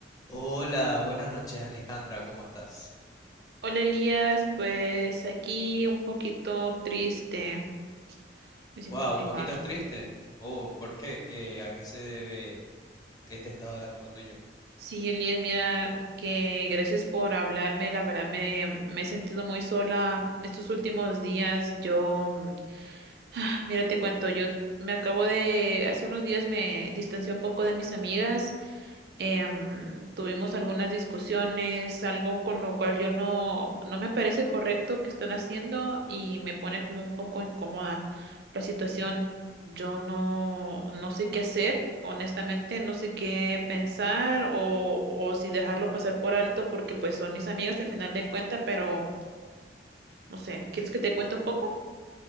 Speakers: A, on the left; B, on the right.
A: Hola, buenas noches Alejandra, ¿cómo estás?
B: Hola Elías, pues aquí un poquito triste, me siento
A: Wow,
B: muy
A: un poquito
B: mal.
A: triste. Oh, ¿por qué? ¿Qué, a qué se debe este estado de ánimo tuyo?
B: Sí, Elías, mira que gracias por hablarme, la verdad me, me he sentido muy sola estos últimos días. Yo, mm, <sighs> mira, te cuento, yo me acabo de, hace unos días me distancié un poco de mis amigas em, tuvimos algunas discusiones, algo con lo cual yo no, no me parece correcto que están haciendo y me pone como un poco incómoda la situación. Yo no, no sé qué hacer, honestamente, no sé qué pensar o, o si dejarlo pasar por alto porque pues son mis amigas al final de cuenta, pero no sé, ¿quieres que te cuente un poco?